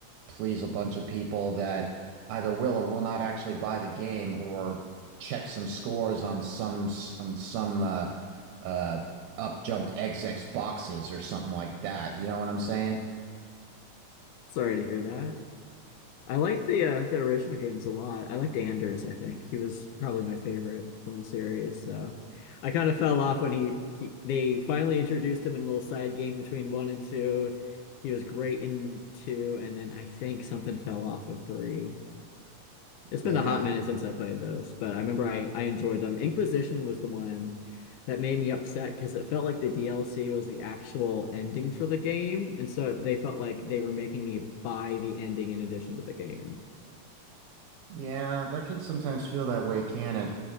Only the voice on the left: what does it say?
<laughs> Sorry to hear that. I like the uh, the original games a lot. I liked Anders, I think. He was probably my favorite from the series. So I kind of fell off when he, he they finally introduced him in a little side game between one and two. He was great in two, and then I think something fell off with three. It's
been a hot minute since I played those, but I remember I, I enjoyed them. Inquisition was the one that made me upset because it felt like the DLC was the actual ending for the game. And so they felt like they were making me buy the ending in addition to the game.